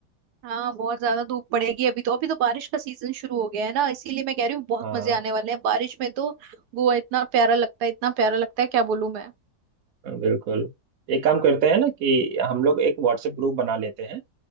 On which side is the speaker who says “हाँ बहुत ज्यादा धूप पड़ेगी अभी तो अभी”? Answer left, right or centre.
Right